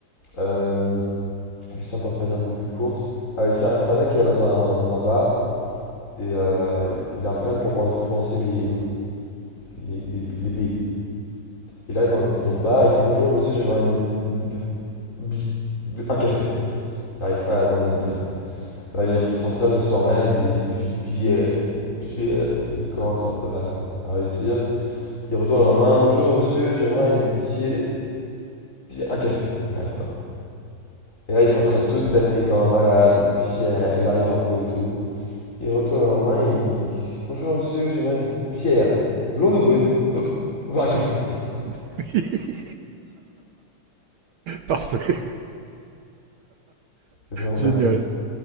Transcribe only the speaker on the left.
Euh, j'essaie d'en faire une un peu plus courte. Ah oui, c'est un, c'est un mec qui va dans un, dans un bar et euh, il a un problème pour prononcer, prononcer les, les, les, les B. Il arrive dans le, dans le bar, il fait bonjour monsieur, j'aimerais une, une b- bi- bi- un café. Il n'arrive pas à demander une bière. Alors, il s'entraîne le soir même, il dit, puis, puis, euh, euh, il commence un peu à, à réussir. Il retourne le lendemain, bonjour monsieur, j'aimerais une bière, un café. Il n'arrive pas. Et là, il s'entraîne toute la nuit comme un malade, pierre, il arrive un peu et tout. Il retourne le lendemain, il, bonjour monsieur, j'aimerais une bière, blonde ou brune, B- bah, un café.
C'est tellement bête.